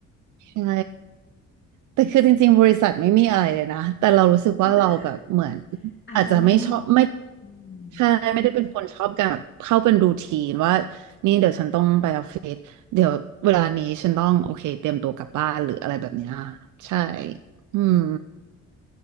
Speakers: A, on the right; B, on the left.
A: ใช่ แต่คือจริงๆบริษัทไม่มีอะไรเลยนะแต่เรารู้สึกว่าเราแบบเหมือน
B: <laughs> อาจจะไม่เหมาะ
A: อาจจะไม่ชอบไม่
B: อืม
A: ใช่ไม่ได้เป็นคนชอบกับเข้าเป็นรูทีนว่านี่เดี๋ยวฉันต้องไปออฟฟิศเดี๋ยวเวลานี้ฉันต้องโอเคเตรียมตัวกลับบ้านหรืออะไรแบบเนี้ยใช่อืม